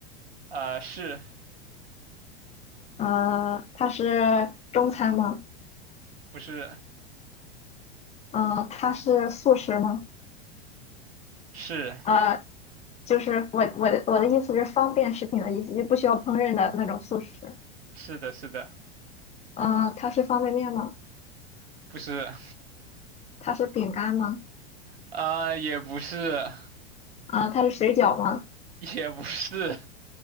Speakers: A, on the right; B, on the left.
A: 呃，是
B: 啊，它是中餐吗？
A: 不是？
B: 啊，它是素食吗？
A: 是
B: 呃，就是我我的我的意思是方便食品的意思，就不需要烹饪的那种速食。
A: 是的，是的，
B: 嗯、它是方便面吗？
A: 不是。
B: 它是饼干吗？
A: 啊，呃也不是，
B: 啊、它是水饺吗？
A: 也不是，